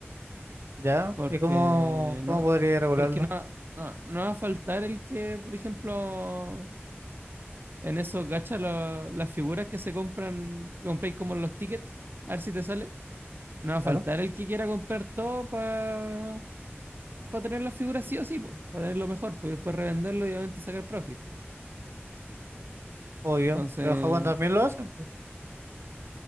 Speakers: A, on the right (about 70°); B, on the right (about 50°).
A: ¿Ya?
B: Porque
A: ¿Y cómo, cómo
B: no,
A: podría regularlo?
B: porque no, no, no va a faltar el que, por ejemplo, en esos gachas, lo- las figuras que se compran, que compráis como los tickets, a ver si te sale. No va a faltar
A: Claro,
B: el que quiera comprar todo para tener las figuras sí o sí, para tener lo mejor, pues y después revenderlo y obviamente sacar profit.
A: obvio.
B: Entonces,
A: Pero en Japón también lo hacen, pues,